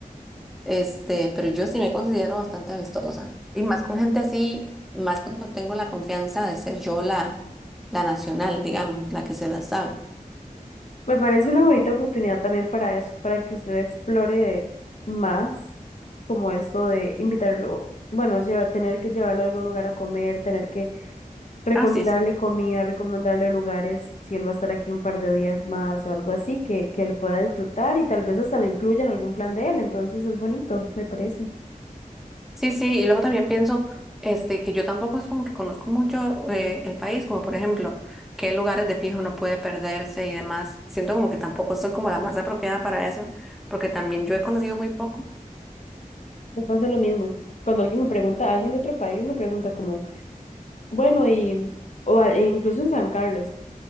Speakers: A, in the centre; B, on the left.
A: Este, pero yo sí me considero bastante amistosa. Y más con gente así, más cuando tengo la confianza de ser yo la, la nacional, digamos, la que se la sabe.
B: Me parece una bonita oportunidad también para eso, para que usted explore más como esto de invitarlo, bueno, llevar, tener que llevarlo a algún lugar a comer, tener que recomendarle
A: Ah, sí, sí.
B: comida, recomendarle lugares, si él va a estar aquí un par de días más o algo así, que, que él pueda disfrutar y tal vez hasta le incluya en algún plan de él, entonces es bonito, me parece.
A: Sí, sí. Y luego también pienso, este, que yo tampoco es como que conozco mucho eh, el país, como por ejemplo, qué lugares de fijo no puede perderse y demás. Siento como que tampoco soy como la más apropiada para eso, porque también yo he conocido muy poco.
B: Me pasa lo mismo. Cuando alguien me pregunta, alguien de otro país me pregunta como, bueno, y, o a- e incluso en San Carlos,